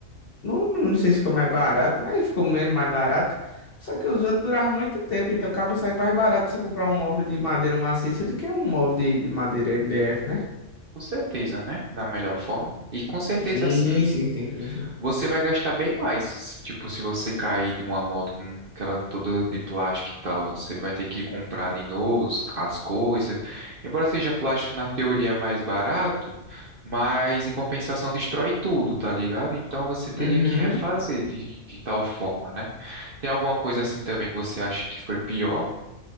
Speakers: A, on the left; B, on the right.
A: não, não não sei se ficou mais barato, mas ficou mesmo mais barato. Só que os outros duravam muito tempo, então acaba saindo mais barato você comprar um móvel de madeira maciça do que um móvel de, de madeira MDF, né?
B: com certeza, né? Da melhor forma. E com certeza,
A: Sim,
B: assim.
A: sim, sim, sim, sim.
B: Você vai gastar bem mais, se- tipo, se você cair de uma moto com aquela toda de plástico e tal, você vai ter que comprar de novo os- as coisas. Embora seja plástico na teoria é mais barato, mas em compensação destrói tudo, tá ligado? Então você teria
A: Uhum.
B: que refazer de, de tal forma, né? Tem alguma coisa assim também que você acha que foi pior